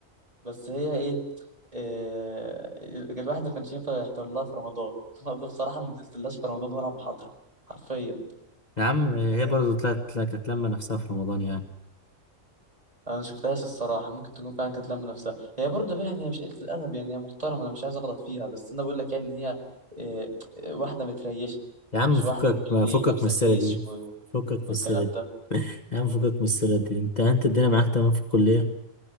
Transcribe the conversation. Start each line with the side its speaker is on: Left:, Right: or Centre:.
Right: بس هي إيه, إيه الواحد ما كانش ينفع يحضر لها في رمضان <laughs> أنا بصراحة ما نزلتلهاش في رمضان ولا محاضرة حرفيا
Left: يا عم هي
Right: فاهم؟
Left: برضه طلعت طلعت كانت لما نفسها في رمضان يعني
Right: انا ما شفتهاش الصراحه ممكن تكون فعلا كانت لامه نفسها هي برضه بقى يعني هي مش قله الادب يعني هي محترمه انا مش عايز اغلط فيها بس انا بقول لك يعني ان هي آه، آه، واحده متريشه
Left: يا عم
Right: مش
Left: فكك
Right: واحده تقول لي
Left: فكك
Right: لابسه
Left: من السيرة
Right: جيش
Left: دي
Right: و...
Left: فكك من
Right: والكلام
Left: السيرة دي
Right: ده
Left: <laughs> يا عم فكك من السيرة دي انت انت الدنيا معاك تمام في الكلية